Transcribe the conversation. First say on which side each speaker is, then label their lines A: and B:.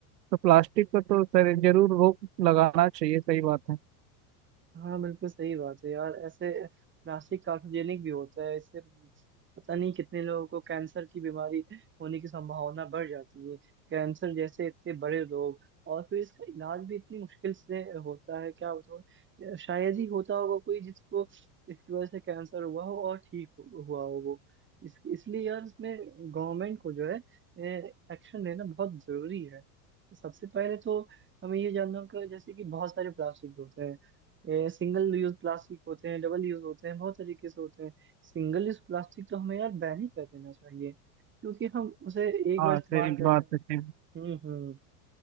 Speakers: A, on the right; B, on the right.
A: तो प्लास्टिक पर तो सर जरूर रोक लगाना चाहिए सही बात है
B: हाँ बिल्कुल सही बात है यार ऐसे प्लास्टिक कार्cinोजेनिक भी होता है इससे पता नहीं कितने लोगों को कैंसर की बीमारी होने की संभावना बढ़ जाती है कैंसर जैसे इतने बड़े रोग और फिर इसका इलाज भी इतनी मुश्किल से होता है क्या बताऊँ शायद ही होता होगा कोई जिसको इसकी वजह से कैंसर हुआ हो और ठीक हो- हुआ हो वो इस, इसलिए यार इसमें गवर्नमेंट को जो है एक्शन लेना बहुत जरूरी है सबसे पहले तो हमें ये जानना होगा जैसे कि बहुत सारे प्लास्टिक होते हैं सिंगल यूज प्लास्टिक होते हैं डबल यूज होते हैं बहुत तरीके से होते हैं सिंगल यूज प्लास्टिक तो हमें यार बैन ही कर देना चाहिए क्योंकि हम उसे एक
A: हाँ
B: बार इस्तेमाल
A: सही
B: करते
A: बात
B: हैं
A: है सही
B: हम्म हम्म